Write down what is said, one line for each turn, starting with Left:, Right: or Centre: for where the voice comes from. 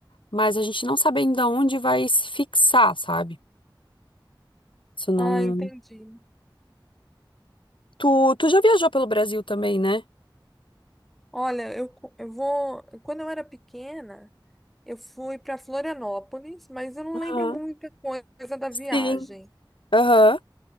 Left: mas a gente não sabe ainda onde vai se fixar, sabe? Isso não.
Centre: Ah, entendi.
Left: Tu, tu já viajou pelo Brasil também, né?
Centre: Olha, eu, co- eu vou. Quando eu era pequena. Eu fui para Florianópolis, mas eu não
Left: Aham.
Centre: lembro muita coisa da viagem.
Left: Sim. Aham.